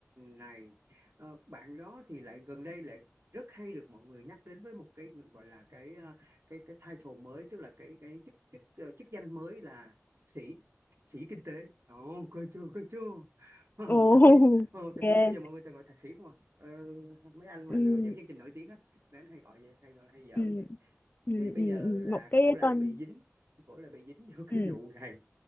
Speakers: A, on the right; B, on the left.
A: này ờ, bạn đó thì lại gần đây lại rất hay được mọi người nhắc đến với một cái gọi là cái ờ, cái cái title mới tức là cái cái chức chức ờ, chức danh mới là thạc sĩ thạc sĩ kinh tế ồ coi chưa coi chưa hoa hậu
B: ồ <laughs>
A: thạc sĩ hoa hậu thạc
B: yeah.
A: sĩ bây giờ mọi người toàn gọi thạc sĩ không à Ờ, mấy anh mà
B: ừ,
A: dẫn chương trình nổi tiếng á mấy anh hay gọi vậy hay gọi hay giỡn
B: ừ,
A: vậy
B: ừ,
A: thế bây
B: ừ,
A: giờ
B: ừ,
A: là
B: một cái
A: cổ lại
B: tên
A: bị dính cổ lại bị dính <laughs> vô cái
B: ừ,
A: vụ này